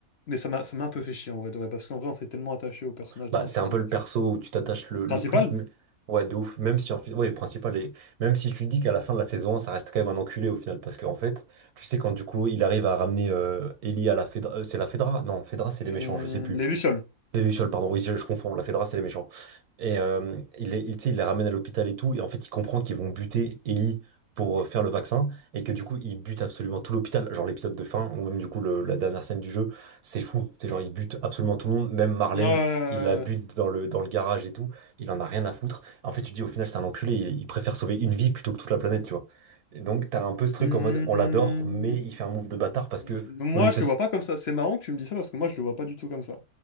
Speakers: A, on the left (about 55°); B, on the right (about 80°).
A: Mais ça m'a ça m'a un peu fait chier, en vrai, de vrai, parce qu'en vrai, on s'est tellement attaché au personnage
B: Bah,
A: dans la
B: c'est
A: saison
B: un peu le
A: 1. tu-
B: perso où tu t'attaches le, le
A: Principal?
B: plus. mais- Ouais, de ouf. Même si en fait, ouais, le principal est, même si tu dis qu'à la fin de la saison, un, ça reste quand même un enculé au final, parce qu'en fait, tu sais quand du coup, il arrive à ramener euh, Ellie à la Fedra, euh, c'est la Fedra? Non, Fedra, c'est les
A: Hum,
B: méchants, je sais plus.
A: les Lucioles.
B: Les Lucioles, pardon, oui, je, je confonds, la Fedra, c'est les méchants. Et euh, il les, il, tu sais, il les ramène à l'hôpital et tout, et en fait, il comprend qu'ils vont buter Ellie pour euh, faire le vaccin, et que du coup, ils butent absolument tout l'hôpital. Genre l'épisode de fin, ou même du coup, le- la dernière scène du jeu, c'est fou. C'est genre, ils butent absolument tout le monde, même Marlène,
A: Euh...
B: il la bute dans le, dans le garage et tout, il en a rien à foutre. En fait, tu dis, au final, c'est un enculé, il, il préfère sauver une vie plutôt que toute la planète, tu vois. Et donc, t'as un peu ce truc
A: hum,
B: en mode, on l'adore, mais il fait un move de bâtard parce que,
A: Moi,
B: au lieu de
A: je
B: sacrifier.
A: le vois pas comme ça. C'est marrant que tu me dis ça, parce que moi, je le vois pas du tout comme ça.